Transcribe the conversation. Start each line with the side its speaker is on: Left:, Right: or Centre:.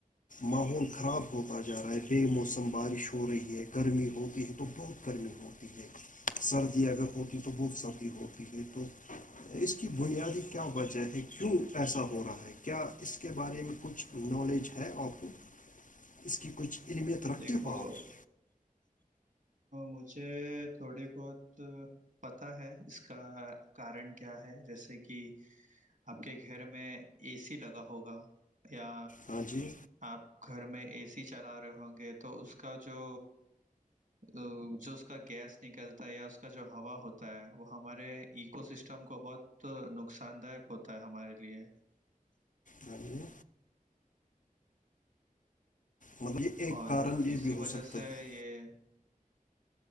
Left: ماحول خراب ہوتا جا رہا ہے بے موسم بارش ہو رہی ہے گرمی ہو گئی ہے تو بہت گرمی ہو ہھیک ہے سردی اگر ہوتی تو بہت سردی ہوتی ہےئی تو اس کی بنیادی کیا وجہ ہے کیوں ایسا ہو رہا ہے کیا اس کے بارے میں کچھ نالج ہے آپ کو اس کی کچھ انمیت رکھتی
Right: دیکھو
Left: بات
Right: مجھے تھوڑی بہت پتا ہے اس کا کارن کیا ہے جیسے کہ آپ کے گھر میں اے سی لگا ہوگا یا
Left: ہاں جی
Right: آپ گھر میں اے سی چلا رہے ہوں گے تو اس کا جو ا جو اس کا گیس نکلتا ہے یا کا جو ہوا ہوتا ہے وہ ہمارے ایکو سسٹم کو بہت تو نقصان داک ہوتا ہے ہمارے لیے
Left: ہاں مطلب یہ ایک
Right: اور
Left: کارن یہ
Right: اسی
Left: بھی ہو
Right: وجہ
Left: سکتا
Right: سے
Left: ہے
Right: یہ